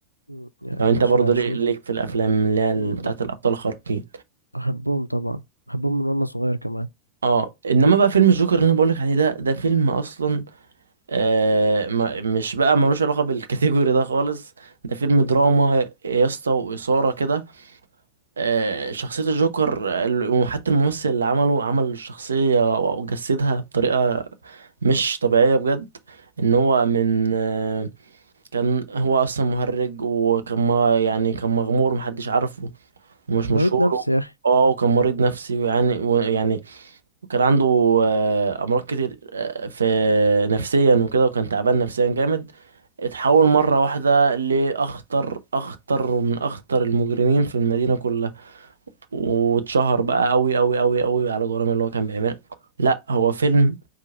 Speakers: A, on the left; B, on the right.
A: مم، يا
B: لو انت
A: باشا
B: برضو
A: أشوف
B: ليك ليك في الافلام اللي هي ال-
A: مم،
B: بتاعت
A: ب-
B: الابطال الخارقين
A: بحبهم طبعا بحبهم من وأنا صغير كمان
B: اه انما بقى فيلم الجوكر اللي انا بقولك عليه ده ده فيلم اصلا آه ما مش بقى ملوش علاقه بالكاتيجوري ده خالص ده فيلم دراما يا اسطى واثاره كده آه شخصيه الجوكر ال- وحتى الممثل اللي عمله عمل الشخصيه وجسدها بطريقه مش طبيعيه بجد ان هو من آه كان هو اصلا مهرج وكان ما يعني كان مغمور محدش عارفه ومش
A: مريض
B: مشهور
A: نفسي يا أخي
B: اه وكان مريض نفسي يعني ويعني وكان عنده آه، امراض كتير آه، في نفسيا وكده وكان تعبان نفسيا جامد اتحول مره واحده لاخطر اخطر ومن اخطر المجرمين في المدينه كلها واتشهر بقى قوي قوي قوي قوي على جرائم اللي هو كان بيعملها لا هو فيلم